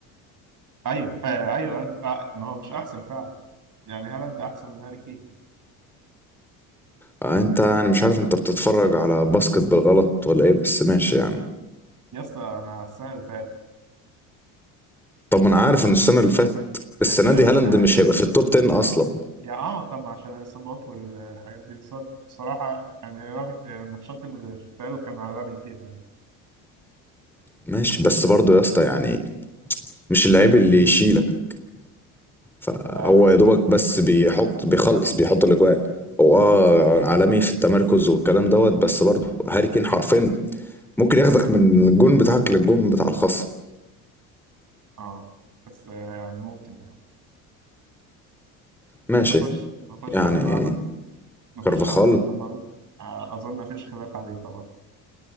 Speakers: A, on the right; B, in the centre.
A: ايوه آه ايوه أنت آه ما هو مش احسن فعلا يعني هالاند احسن من هاري كين
B: آه، انت انا مش عارف انت بتتفرج على باسكت بالغلط ولا ايه بس ماشي يعني
A: يا اسطى انا السنه اللي فاتت
B: طب ما انا عارف ان السنة اللي فاتت السنة
A: يعني انت شايف
B: دي هالاند
A: ان هاري
B: مش هيبقى في التوب 10 اصلا
A: يعني اه طبعا عشان الاصابات والحاجات دي بس هو بصراحه يعني رغم يعني الماتشات اللي شفتها له كان عالمي فيها يعني
B: ماشي بس برضه يا اسطى يعني مش اللعيب اللي يشيلك فهو
A: مش عارف بصراحة
B: يا دوبك بس بيحط بيخلص بيحط الاجواء هو اه عالمي في التمركز والكلام دوت بس برضه هاري كين حرفين ممكن ياخدك من الجون بتاعك للجون بتاع الخصم
A: اه بس آه، يعني ممكن يعني
B: ماشي
A: طب نخش نخش
B: يعني
A: على اللي بعده نخش
B: كارفاخال
A: على كارفخال آه، اظن مفيش خلاف عليه طبعا